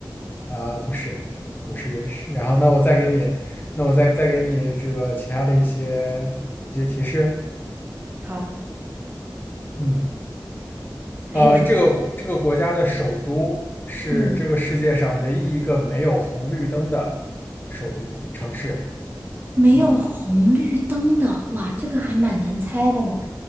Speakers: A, on the left; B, on the right.
A: 啊，不是，不是瑞士。然后，那我再给你，那我再再给你这个其他的一些一些提示。
B: 好，
A: 嗯，
B: 还有什么？
A: 呃，这个国这个国家的首都是这个世界上唯一一个没有红绿灯的
B: 嗯，
A: 首都城市。
B: 没有红绿灯的，
A: 嗯，
B: 哇，这个还蛮难猜的呢。